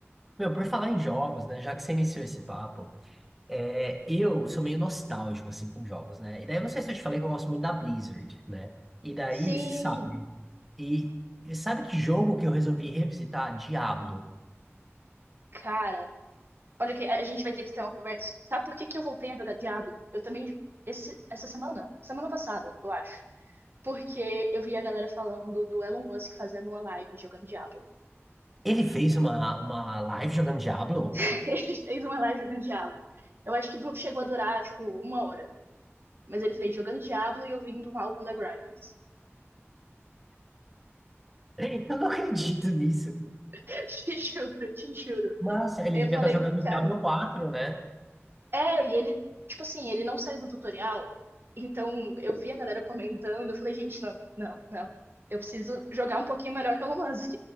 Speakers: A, in the centre; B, on the right.
A: Meu, por falar em jogos, né? Já que você iniciou esse papo, É, eu sou meio nostálgico, assim, com jogos, né? E daí eu não sei se eu te falei que eu gosto muito da Blizzard, né? E daí,
B: Sim,
A: você sabe. E, e sabe que jogo que eu resolvi revisitar? Diablo.
B: cara, Olha, que a gente vai ter que ter uma conversa. Sabe por que que eu voltei a jogar Diablo? Eu também, esse, essa semana, semana passada, eu acho. Porque eu vi a galera falando do Elon Musk fazendo uma live jogando Diablo.
A: Ele fez uma, uma live jogando Diablo?
B: <laughs> Ele fez uma live jogando Diablo. Eu acho que du- chegou a durar, tipo, uma hora. Mas ele fez jogando Diablo e ouvindo um álbum da Grimes.
A: <laughs> Eu não acredito nisso.
B: <laughs> Te juro, te juro.
A: Nossa, ele
B: Aí
A: devia
B: eu falei,
A: estar jogando
B: cara,
A: Diablo quatro né?
B: É, e ele, tipo assim, ele não sai do tutorial. Então eu vi a galera comentando, eu falei, gente, não, não, não. Eu preciso jogar um pouquinho melhor que o Elon Musk.